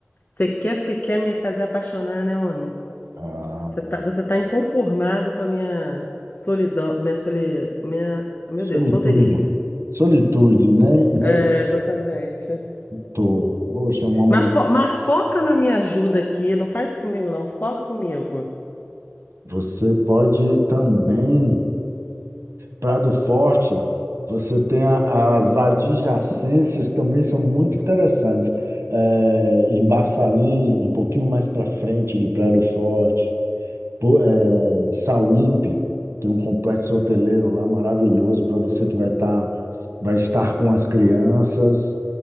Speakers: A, on the left; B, on the right.
A: Você quer porque quer me fazer apaixonar, né, homem?
B: Ah,
A: Você tá, você tá inconformado com a minha solidão, minha soli, minha, meu
B: solitude.
A: Deus, solteirice.
B: Solitude, né? né,
A: É, exatamente.
B: Tô. Poxa, uma mulher.
A: Mas, fo- mas foca na minha ajuda aqui, não faz isso comigo, não, foca comigo.
B: Você pode ir também. Prado Forte, você tem a- as adjacências também são muito interessantes. É, em Baçaí, um pouquinho mais para frente de Prado Forte. Pô, é, Sauípe, tem um complexo hoteleiro lá maravilhoso para você que vai estar vai estar com as crianças.